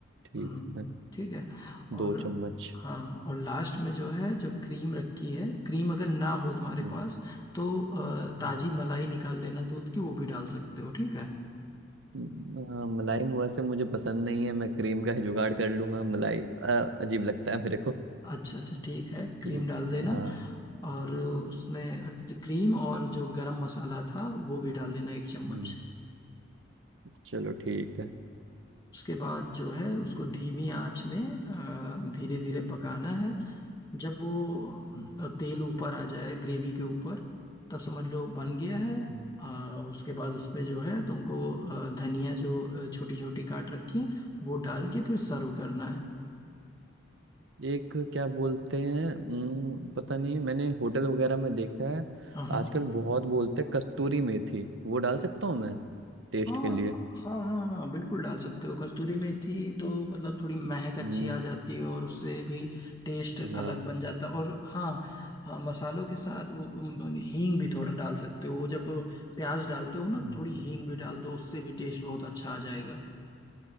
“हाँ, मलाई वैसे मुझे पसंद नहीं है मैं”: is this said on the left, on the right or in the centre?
Right